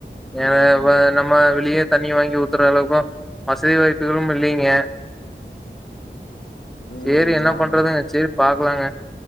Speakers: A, on the left; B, in the centre.
A: ம்.
B: ஏ வ நம்ம வெளிய தண்ணிய வாங்கி ஊத்தற அளவுக்கு வசதி வாய்ப்புகளும் இல்லிங்க
A: ம்.
B: சேரி என்ன
A: ஆம்.
B: பண்றதுங்க சேரி பாக்கலாங்க